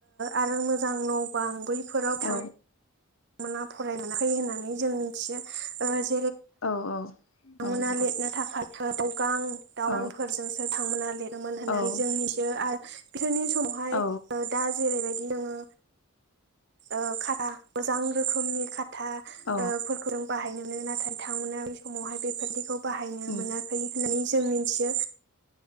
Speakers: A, on the right; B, on the left.
A: आरो ओ मोजां न'बां बैफोराव
B: औ
A: थां मोना फराय मोनाखै होननानै जों मिथियो ओ
B: औ औ।
A: थांमोना
B: नंगौ
A: लिरनो थाखाय <unintelligible> दावगां दावगांफोरजोंसो
B: औ
A: थांमोना लिरोमोन होननानै
B: औ
A: जों मिथियो आर बिसोरनि समावहाय
B: औ
A: ओ दा जेरैबायदि जोङो ओ खाथा मोजां रोखोमनि खाथा
B: औ
A: ओ फोरखौ जों बाहायनो मोनो नाथाय बिथांमोना बै समावहाय बेफोरदिखौ खौ बाहायनो
B: उम
A: मोनाखै होननानै जों मिनथियो।